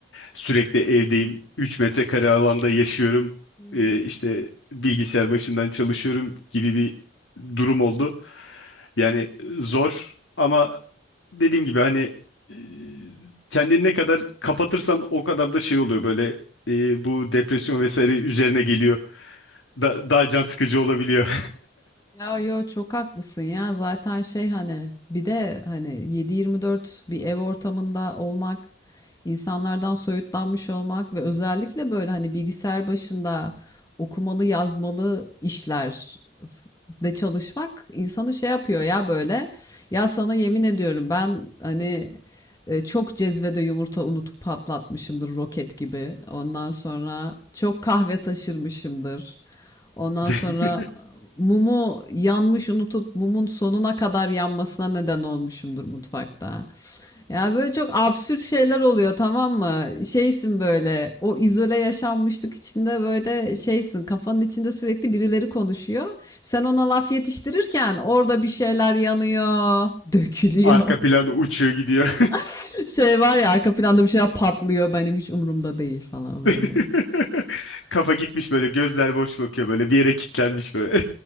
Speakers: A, on the left; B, on the left.
A: Sürekli evdeyim. 3 metrekare alanda yaşıyorum.
B: Hı hı.
A: E, işte bilgisayar başından çalışıyorum gibi bir durum oldu. Yani e, zor ama dediğim gibi hani e, kendini ne kadar kapatırsan o kadar da şey oluyor böyle e, bu depresyon vesaire üzerine geliyor. Da, daha can sıkıcı olabiliyor.
B: Ya yo çok haklısın ya zaten şey hani bir de hani 7-24 bir ev ortamında olmak insanlardan soyutlanmış olmak ve özellikle böyle hani bilgisayar başında okumalı yazmalı işler de çalışmak insanı şey yapıyor ya böyle ya sana yemin ediyorum ben hani e, çok cezvede yumurta unutup patlatmışımdır roket gibi ondan sonra çok kahve taşırmışımdır. Ondan
A: <laughs>
B: sonra mumu yanmış unutup mumun sonuna kadar yanmasına neden olmuşumdur mutfakta. Ya böyle çok absürt şeyler oluyor tamam mı? Şeysin böyle o izole yaşanmışlık içinde böyle şeysin kafanın içinde sürekli birileri konuşuyor. Sen ona laf yetiştirirken orada bir şeyler yanıyor, dökülüyor.
A: Arka plan uçuyor gidiyor.
B: <laughs> Şey var ya arka planda bir şeyler patlıyor benim hiç umurumda değil falan
A: <laughs>
B: böyle.
A: Kafa gitmiş böyle gözler boş bakıyor böyle bir yere kilitlenmiş böyle.